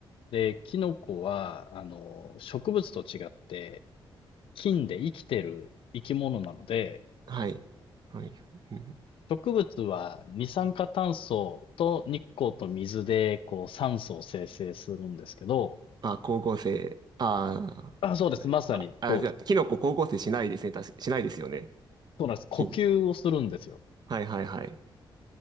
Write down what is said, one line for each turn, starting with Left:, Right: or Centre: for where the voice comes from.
Left: で、キノコは、あの、植物と違って、菌で生きてる生き物なので、
Right: はい。はい。うん、
Left: 植物は二酸化炭素と日光と水で、こう、酸素を生成するんですけど、
Right: あ、光合成。ああ。
Left: あ、そうです。
Right: はい。
Left: まさに、
Right: あ、あじゃあ、
Left: そうです。
Right: キノコ光合成しないですね。確かしないですよね。
Left: そうなんです。呼吸をするんですよ。
Right: き、はいはいはい。